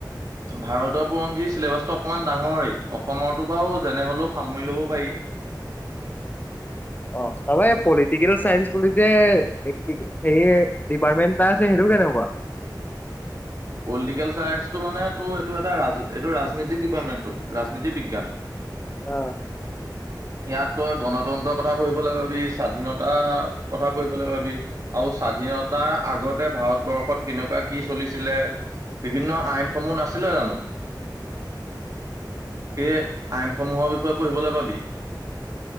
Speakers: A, on the right; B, on the left.
A: ভাৰতৰ বুৰঞ্জীৰ চিলেবাচটো অকমান ডাঙৰে অসমৰতো বাৰু যেনে হ'লেও সামৰি লব পাৰি।
B: অ তবে পলিটিকেল চাইঞ্চ বুলিতে হেৰিয় ডিপাৰ্টমেণ্ট এটা আছে সেইটো কেনেকুৱা
A: পলিটিকেল চায়েঞ্চটো মানে তো এইটো এটা এইটো ৰাজনীতিক ডিপাৰ্টমেণ্টটো ৰাজনীতি বিজ্ঞান
B: অ
A: ইয়াত তই গণতন্ত্ৰৰ কথা পঢ়িবলৈ পাবি, স্বাধীনতা কথা পঢ়িবলৈ পাবি আৰু স্বাধীনতাৰ আগতে ভাৰতবৰ্ষত কেনেকুৱা কি চলিছিলে বিভিন্ন আইনসমূহ নাছিলে জানো সেই আইনসমূহৰ বিষয়ে পঢ়িবলৈ পাবি।